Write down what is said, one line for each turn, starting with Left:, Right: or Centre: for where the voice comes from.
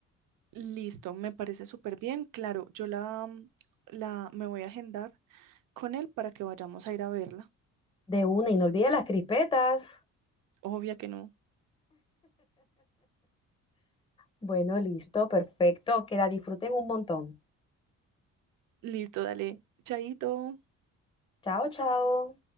Right: Listo, me parece súper bien. Claro, yo la, mm, la me voy a agendar con él para que vayamos a ir a verla.
Left: De una, y no olvides las crispetas.
Right: Obvia que no.
Left: Bueno, listo, perfecto. Que la disfruten un montón.
Right: Listo, dale. Chaito.
Left: Chao, chao.